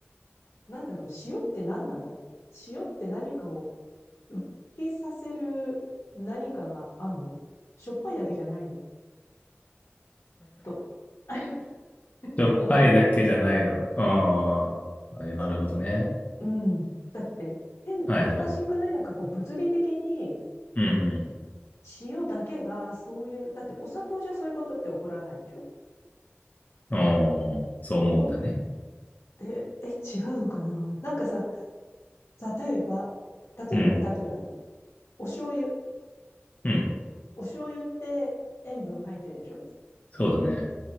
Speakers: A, on the left (about 85°); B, on the left (about 35°).
A: なんだろう、塩って何なの塩って何かを浮きさせる何かがあんのしょっぱいだけじゃないのと、<laughs> って思って。
B: しょっぱいだけじゃないの。ああ、なるほどね。
A: うん。だって、変、
B: はいはい。
A: おかしくないなんかこう物理的に
B: うん
A: 塩だけがそういう、だってお砂糖じゃそういうことって起こらないでしょ
B: うん。ああ、そう思うんだね。
A: 起こって、え、違うのかななんかさ、例えば、例えばね、
B: うん。
A: 例えばね、お醤油。
B: うん。
A: お醤油って塩分入ってるでしょ
B: そうだね。